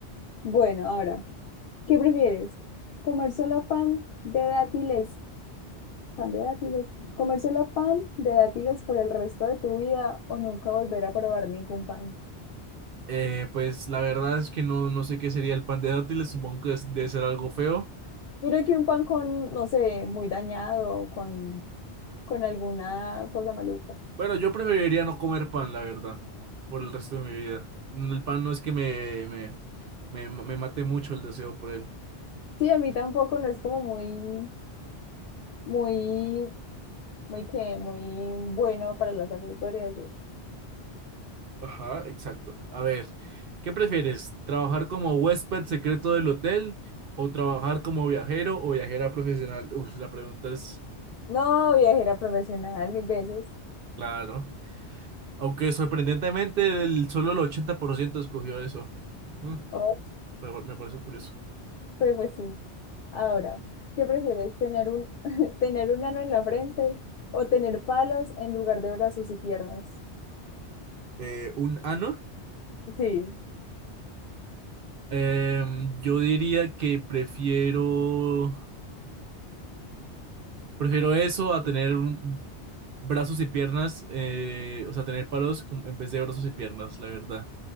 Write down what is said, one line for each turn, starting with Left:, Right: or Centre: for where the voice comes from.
Left: Bueno, ahora, ¿qué prefieres? ¿Comer solo pan de dátiles? ¿Pan de dátiles? ¿Comer solo pan de dátiles por el resto de tu vida o nunca volver a probar ningún pan?
Right: Eh, pues la verdad es que no, no sé qué sería el pan de dátiles, supongo que es- debe ser algo feo.
Left: Mira que un pan con, no sé, muy dañado, con, con alguna cosa maluca.
Right: Bueno, yo preferiría no comer pan, la verdad, por el resto de mi vida. Mm, El pan no es que me, me, me, me mate mucho el deseo por él.
Left: Sí, a mí tampoco no es como muy, muy, muy que, muy bueno para la salud, podría decir.
Right: Ajá, exacto. A ver, ¿qué prefieres? ¿Trabajar como huésped secreto del hotel o trabajar como viajero o viajera profesional? Uf, la pregunta es,
Left: No, viajera profesional, mil veces.
Right: claro. Aunque sorprendentemente el, solo el 80% escogió eso. Mm,
Left: Oh.
Right: pero me parece curioso.
Left: Pero pues sí. Ahora, ¿qué prefieres? ¿Tener un, <laughs> tener un ano en la frente o tener palos en lugar de brazos y piernas?
Right: eh, un ano.
Left: Sí.
Right: Em, yo diría que prefiero, prefiero eso a tener un- brazos y piernas, eh, o sea, tener palos como- en vez de brazos y piernas, la verdad.